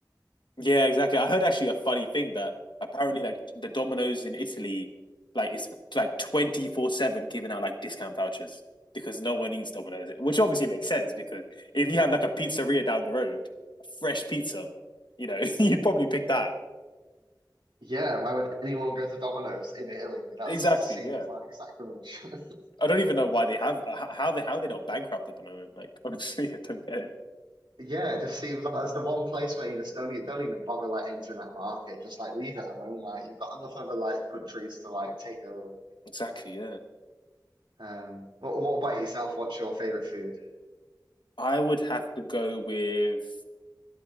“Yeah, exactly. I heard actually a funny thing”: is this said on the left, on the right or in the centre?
Left